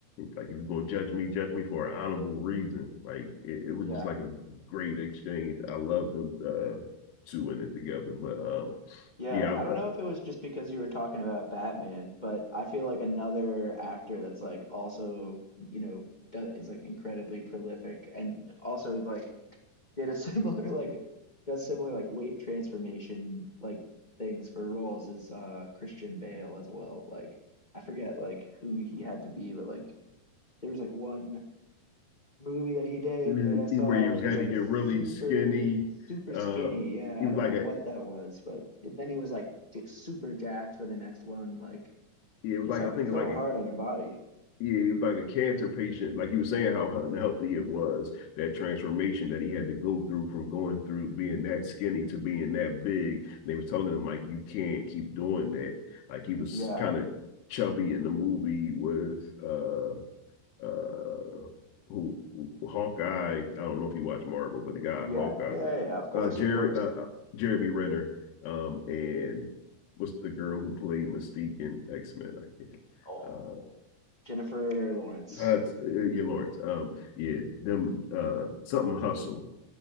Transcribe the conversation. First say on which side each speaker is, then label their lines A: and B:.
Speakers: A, on the left; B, on the left.
A: like if you're going to judge me judge me for an honorable reason like it, it was
B: Yeah.
A: just like a great exchange i love them uh two in it together but um
B: Yeah,
A: yeah I,
B: I don't
A: I,
B: know if it was just because you were talking about Batman, but I feel like another actor that's like also, you know, do, is like incredibly prolific and also like did a <laughs> similar like does similar like weight transformation like things for roles is uh Christian Bale as well. Like I forget like who he had to be, but like there was like one movie that he did
A: where
B: that I saw
A: he
B: where
A: was
B: he
A: going
B: was like
A: to get
B: super,
A: really skinny
B: super skinny.
A: uh
B: Yeah,
A: he
B: I
A: was
B: don't
A: like
B: know what
A: a
B: that was, but it, then he was like j- super jacked for the next one, like
A: it was
B: just
A: like
B: like
A: I think
B: so
A: like a
B: hard on your body.
A: yeah, he was like a cancer patient. Like he was saying how unhealthy it was, that transformation that he had to go through from going through being that skinny to being that big. And they was telling him, like, you can't keep doing that. Like he was
B: Yeah,
A: kind of chubby in the movie with uh uh who, who- Hawkeye. I don't know if you watch Marvel, but the guy
B: yeah,
A: Hawkeye,
B: yeah, yeah, yeah, of course,
A: uh Jerry
B: of course.
A: uh, uh, Jeremy Renner, um, and what's the girl who played Mystique in X-Men, I think.
B: Oh,
A: Uh
B: Jennifer Lawrence.
A: uh, uh, yeah, Lawrence. Um, yeah, them uh, something hustle.